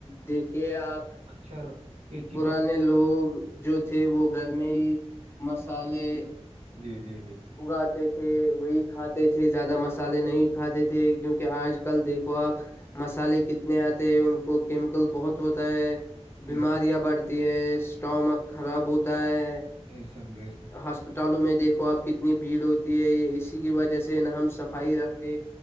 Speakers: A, on the left; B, on the right.
A: دیکھیے آپ
B: چر یہ چپک
A: پرانے لوگ جو تھے وہ گھر میں ہی مسالے
B: جی جی جی
A: اگاتے تھے وہی کھاتے تھے زیادہ مسالے نہیں کھاتے تھے کیونکہ آج کل دیکھو آپ مسالے کتنے آتے ہیں ان کو کیمیکل بہت ہوتا ہے
B: بے
A: بیماریاں
B: شک
A: بڑھتی ہے اسٹامک خراب ہوتا ہے
B: بے شک بے شک
A: اسپتالوں میں دیکھو آپ کتنی بھیڑ ہوتی ہے اسی کی وجہ سے نہا ہم صفائی رکھتے